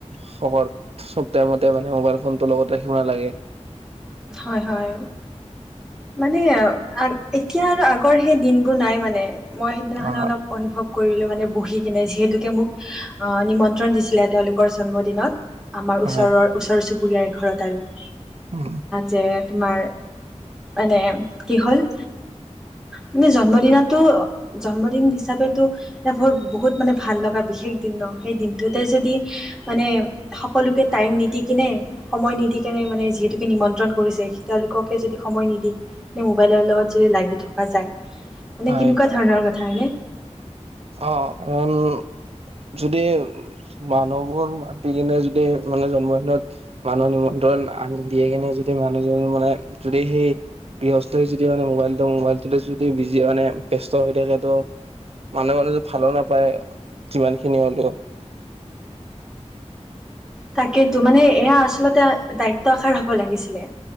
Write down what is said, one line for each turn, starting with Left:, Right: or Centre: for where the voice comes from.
Right: শ চব টাইমতে মানে মোবাইল ফোন টো লগত ৰাখিব নালাগে।
Centre: হয়, হয়। মানে এতিয়া আৰু আগৰ সেই দিনবোৰ নাই মানে মই সেইদিনাখনে
Right: অ
Centre: অলপ। অনুভৱ কৰিলে মানে বহি কিনে যিহেতুকে মোক। আহ নিমন্ত্ৰণ দিছিলে তেওঁলোকৰ জন্মদিনত। আমাৰ
Right: হয়
Centre: ওচৰৰ ওচৰ চুবুৰীয়াৰ ঘৰত আৰু।
Right: <unintelligible>
Centre: যে তোমাৰ মানে কি হল। মানে জন্মদিনতো জন্মদিন হিচাপোটো। এটা ব বহুত মানে ভাল লগা বিশেষ দিন ন সেই দিনটোতে যদি। মানে সকলোকে টাইম নিদি কিনে সময় নিদিকনে মানে যিহেতুকে নিমন্ত্ৰ। কৰিছে তেওঁলোককে যদি সময় নিদি মোবাইলৰ লগত যদি লাগি থকা যায়। মানে
Right: হয়
Centre: কেনেকুৱা ধৰণৰ কথা হয় নে।
Right: অ কাৰণ যদি। মানুহবোৰ মাতি কিনে যদি মানে জন্মদিনত। মানুহৰ নিমন্ত্ৰণ আনি দিয়ে কেনে যদি মানুহজন মানে যদি সেই। গৃহস্থ হৈ যদি মানে মোবাইলটো মোবাইলটোতে যদি বিজি মানে ব্যস্ত হৈ থাকে ত। মানুহ মানুহ য ভালো নাপায় যিমান খিনি হলেও।
Centre: তাকেইো মানে এয়া আচলতে দায়িত্ব আকাৰ হব লাগিছিলে।